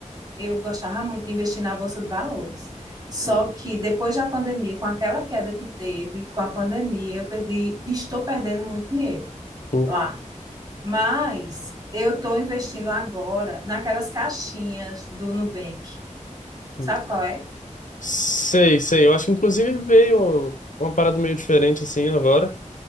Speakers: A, on the right; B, on the left.
A: eu gostava muito de investir na Bolsa de Valores. Só
B: uhum,
A: que depois da pandemia, com aquela queda que teve, com a pandemia, eu perdi, estou perdendo muito dinheiro
B: uhum,
A: lá. Mas eu estou investindo agora naquelas caixinhas do Nubank.
B: uhum.
A: Sabe qual é?
B: Sei, sei. Eu acho que, inclusive, veio uma parada meio diferente, assim, agora.